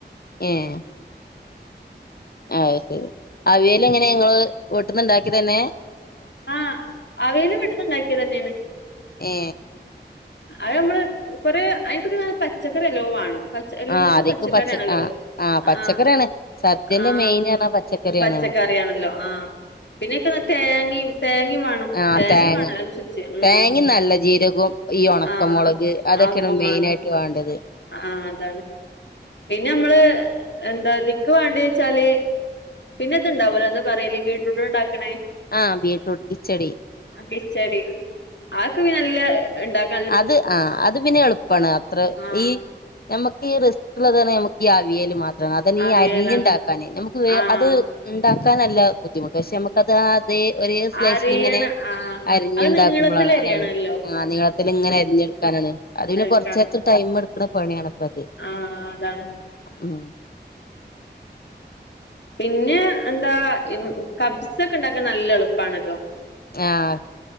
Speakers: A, on the left; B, on the left.
A: ഏഹ് അയ് ശരി അവിയലെങ്ങനെ ങ്ങള് വീട്ടന്ന്ണ്ടാക്കിയത് ന്നെ
B: ആഹ് അവിയല് വീട്ട്ന്ന്ണ്ടാക്കിയതന്നെയാണ്.
A: ഏ
B: അഹ് മ്മള് കൊറേ <unintelligible> പച്ചക്കറിനല്ലോവാണം. പച് എല്ല്ത്തിനും
A: ആ അതേക്ക്
B: പച്ചക്കറിയാണല്ലോ
A: പച്ച ആ ആ പച്ചക്കറിയാണ്
B: ആഹ്
A: സദ്യന്റെ
B: ആഹ്
A: മെയിൻ പറഞ്ഞാ പച്ചക്കറിയാണ്
B: ഉം പച്ചക്കറിയണല്ലോ
A: നമുക്ക്
B: ആഹ് പിന്നെക്കെന്ന തേങ്ങയും തേങ്ങയും വേണം
A: ആഹ്
B: തേങ്ങയും
A: തേങ്ങ
B: വേണം അതിനനുസരിച്ച് ഉം
A: തേങ്ങിം നല്ല ജീരകവും ഈ ഒണക്കമൊളക്
B: ആഹ്
A: അതൊക്കെയാണ്
B: ഒണക്കമുളക്
A: മെയിനായിട്ട് വേണ്ടത്.
B: ആഹ് അതാണ് പിന്നെമ്മള് എന്താ ദിക്ക് വേണ്ടേച്ചാല് പിന്നെത്ണ്ടാവലോ എന്താ പറയല് വീട്രൂട്ടോണ്ട്ണ്ടാക്കണേ
A: ആഹ് ബീട്രൂട്ട് കിച്ചടി
B: കിച്ചടി ആക്കെപിനെല്ല ഇണ്ടാക്
A: അത് ആ അത് പിന്നെളുപ്പണ് അത്ര
B: ആഹ്
A: ഈ ഞമ്മെക്ക് ഈ റിസ്ക്ള്ള തന്നെ ഞമക്ക് ഈ അവിയൽ മാത്രം അതന്നേ
B: അവിയലാണ്
A: ഈ അരിഞ്ണ്ടാക്കാന് ഞമക്ക്
B: ആഹ്
A: അത് ണ്ടാക്കാനല്ല ബുദ്ധിമുട്ട് വഷേ നമുക്കത് ആ അത് ഒരേ സ്ലൈസ്ൽ
B: അരിയണ
A: ഇങ്ങനെ
B: ആഹ്
A: അരിഞ്ഞുണ്ടാക്കുമ്പോളാണ്
B: അത് നീളത്തില് അരിയണല്ലോ
A: അതാണ് ആ നീളത്തിൽ ഇങ്ങനെ അരിഞ്ഞെടുക്കാനാണ് അതിന്നെ
B: അതൊക്കാണ്
A: കൊർചേര ടൈം എടുക്ണ പണിയാണ് ഇപ്പ അത്
B: ആഹ് അതാണ്
A: ഉം
B: പിന്നെ എന്താ മ് കബ്സക്കെണ്ടാക്കാൻ നല്ല എളുപ്പാണല്ലോ
A: ആഹ്